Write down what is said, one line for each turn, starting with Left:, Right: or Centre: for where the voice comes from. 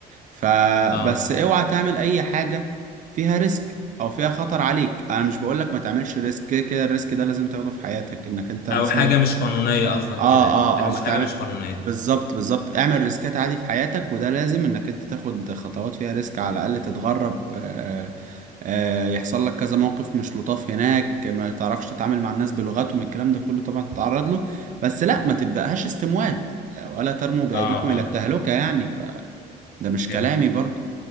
Right: فبس
Left: اه
Right: اوعى تعمل اي حاجة فيها ريسك او فيها خطر عليك انا مش بقولك ما تعملش ريسك كده كده الريسك ده لازم تاخده في حياتك انك انت مثلا
Left: او حاجة مش قانونية قصدك
Right: اه
Left: كده يعني
Right: اه
Left: ما تعملش
Right: اه ما تعمل
Left: حاجة مش قانونية
Right: بالظبط بالظبط اعمل ريسكات عادي في حياتك وده لازم انك انت تاخد خطوات فيها ريسك على الاقل تتغرب آه آه يحصل لك كذا موقف مش لطاف هناك ما تعرفش تتعامل مع الناس بلغتهم الكلام ده كله طبعا تتعرض له بس لا ما تبدأهاش استموات لا ولا ترموا بأيديكم
Left: اه اه
Right: إلى التهلكة يعني فده مش
Left: جميل
Right: كلامي برضو